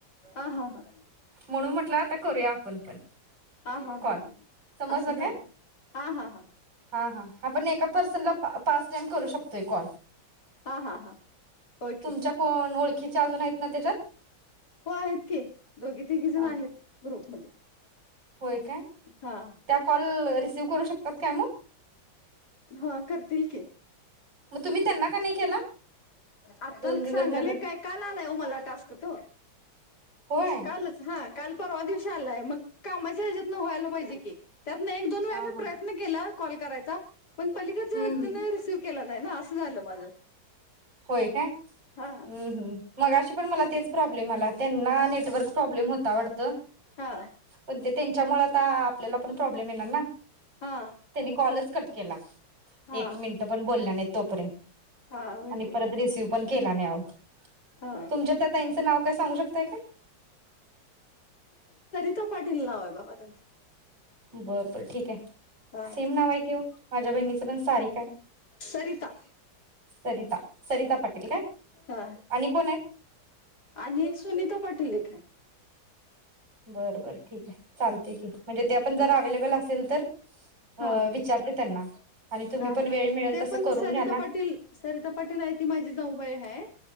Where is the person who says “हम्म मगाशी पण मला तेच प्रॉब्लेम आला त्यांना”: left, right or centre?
Right